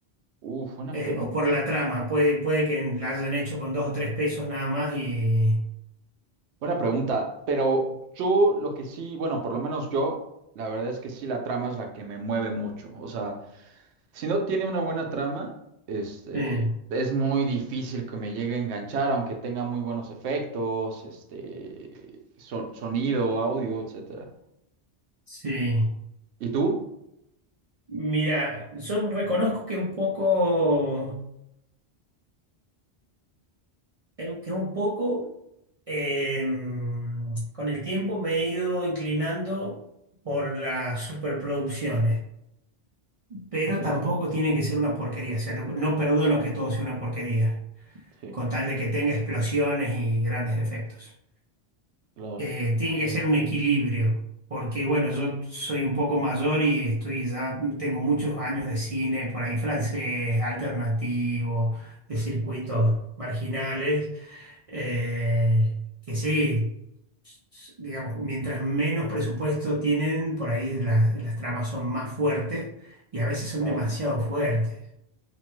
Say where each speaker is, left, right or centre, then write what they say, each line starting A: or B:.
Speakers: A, on the right; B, on the right.
A: Uf, buena
B: eh,
A: pregunta.
B: o por la trama? Puede, puede que la hayan hecho con dos o tres pesos nada más y...
A: Buena pregunta, pero yo lo que sí, bueno, por lo menos yo, la verdad es que sí, la trama es la que me mueve mucho. O sea, si no tiene una buena trama, este,
B: eh,
A: es muy difícil que me llegue a enganchar, aunque tenga muy buenos efectos, este, son- sonido, audio, etcétera.
B: sí.
A: ¿Y tú?
B: Mira, yo reconozco que un poco, eh, que un poco eh, con el tiempo me he ido inclinando por las superproducciones pero
A: Ok,
B: tampoco tiene que ser una porquería. O sea, no, no perdono que todo sea una porquería,
A: sí,
B: con tal de que tenga explosiones y grandes efectos.
A: claro.
B: Eh, tiene que ser un equilibrio, porque bueno, yo soy un poco mayor y estoy ya, tengo muchos años de cine, por ahí francés, alternativo, de circuitos
A: Ok,
B: marginales, eh, que sí. s- Digamos, mientras menos presupuesto tienen, por ahí las, las tramas son más fuertes y a veces son
A: claro.
B: demasiado fuertes.